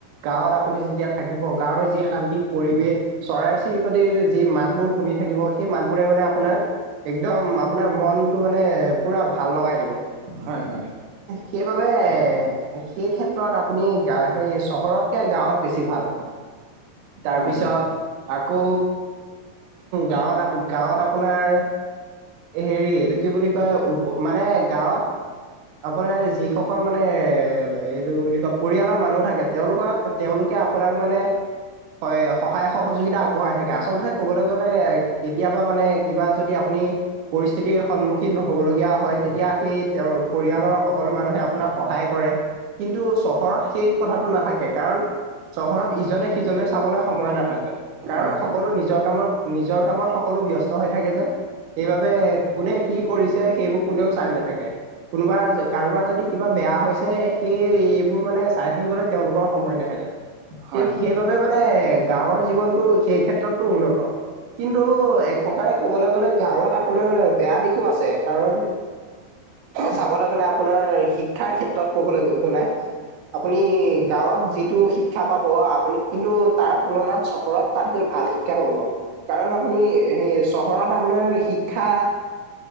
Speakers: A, on the right; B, on the right.
A: গাঁৱত আপুনি যেতিয়া থাকিব গাঁৱৰ যি শান্তি পৰিৱেশ চৰাই-চিৰিকটি যি মাতবোৰ শুনি থাকিব, সেই মাতবোৰে মানে আপোনাৰ একদম আপোনাৰ মন মানে পুৰা ভাল লগাই দিব,
B: হয় হয়
A: সেইবাবে সেই ক্ষেত্ৰত আপুনি গ সেই চহৰতকে গাঁৱত বেছি ভাল। তাৰপিছত
B: হয় হয়
A: আকৌ গাঁৱত আ গাঁৱত আপোনাৰ হেৰি, এইটো কি বুলি কয় উপ মানে গাঁৱত আপোনাৰ যিসকল মানে এ এইটো বুলি কয় পৰিয়ালৰ মানুহ থাকে তেওঁলোকক তেওঁলোক আপোনাক মানে হয় সহায় সহযোগিতা আগবঢ়াই থাকে আচলতে কবলৈ গলে কেতিয়াবা মানে কিবা যদি আপু পৰিস্থিতি সম্মুখীন হবলগীয়া হয় তেতিয়া সেই তেওঁৰ পৰিয়ালৰ সকলো মানুহে আপোনাক সহায় কৰে। কিন্তু চহৰত সেই কথাটো নাথাকে কাৰণ চহৰত ইজনে সিজনে চাবলৈ সময় নাথাকে
B: হয়
A: কাৰণ
B: হয়
A: সকলো নিজৰ কামত নিজৰ কামত সকলো ব্যস্ত হৈ থাকে যে সেইবাবে কোনে কি কৰিছে সেইবোৰ কোনেও চাই নাথাকে কোনোবা কাৰোবাৰ যদি কিবা বেয়া হৈছে সেই এইবোৰ মানে চাই থাকিবলৈ তেওঁলোকৰ সময় নাথাকে
B: হয়
A: ঠিক
B: হয় হয়
A: সেইবাবে
B: হয়
A: মানে গাঁৱৰ জীৱনতটো সেই ক্ষেত্ৰতো উন্নত কিন্তু এক প্ৰকাৰে ক'বলৈ গ'লে গাঁৱত আপোনাৰ বেয়াত দিশো আছে কাৰণ চাওক ক'বলৈ গ'লে আপোনাৰ শিক্ষাৰ ক্ষেত্ৰত ক'বলৈ গ'লে আপুনি গাঁৱত যিটো শিক্ষা পাব আপুনি কিন্তু তাৰ তুলনাত চহৰত তাত গৈ ভাল শিক্ষা পাব। কাৰণ আপুনি সেই চহৰত আপোনাৰ শিক্ষা